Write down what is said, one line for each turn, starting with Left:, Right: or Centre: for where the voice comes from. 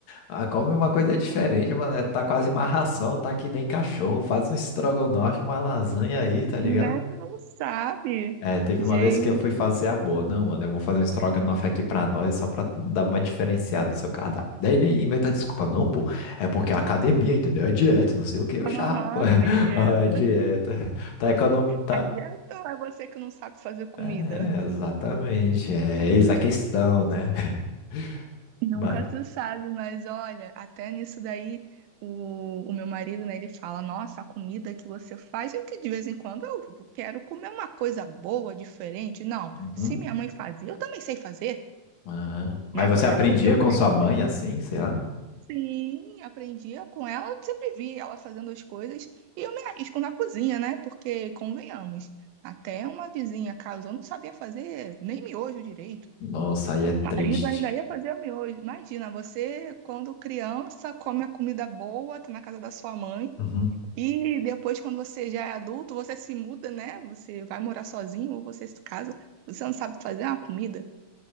Left: ah, come uma coisa diferente, mano, é, tá quase uma ração, tá que nem cachorro, faz um estrogonofe, uma lasanha aí, tá ligado?
Right: Né? Não sabe.
Left: É, teve
Right: Gente,
Left: uma vez que eu fui fazer a boa, não, mano, eu vou fazer um estrogonofe aqui pra nós, só pra dar uma diferenciada no seu cardápio. Daí ele inventa desculpa, não, pô, é porque é academia, entendeu? É dieta, não sei o que, eu chapa,
Right: aham,
Left: <laughs>
Right: a dieta.
Left: é dieta. Tá economizando.
Right: A dieta ou é você que não sabe fazer comida?
Left: É, exatamente. É eis a questão, né? <laughs>
Right: Nunca
Left: Mas,
Right: se sabe, mas olha, até nisso daí, o, o meu marido, né, ele fala, nossa, a comida que você faz, eu que de vez em quando eu quero comer uma coisa boa, diferente. Não,
Left: Uhum.
Right: se minha mãe fazia, eu também sei fazer,
Left: Ah, mas
Right: né?
Left: você
Right: Não
Left: aprendia
Right: é porque eu cresci.
Left: com sua mãe assim, sei lá?
Right: Sim, aprendia com ela, eu sempre vi ela fazendo as coisas, e eu me arrisco na cozinha, né? Porque, convenhamos, até uma vizinha casou, não sabia fazer nem miojo direito.
Left: Nossa, aí é triste.
Right: Marido ainda ia fazer o miojo. Imagina, você, quando criança, come a comida boa, tá na casa da sua mãe,
Left: Uhum.
Right: e depois, quando você já é adulto, você se muda, né? Você vai morar sozinho ou você se casa. Você não sabe fazer uma comida?